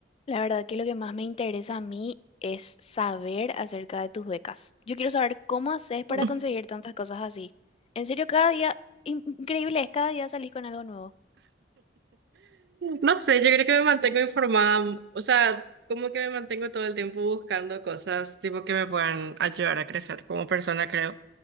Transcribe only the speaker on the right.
<laughs>
No sé, yo creo que me mantengo informada, o sea, como que me mantengo todo el tiempo buscando cosas tipo que me puedan ayudar a crecer como persona, creo.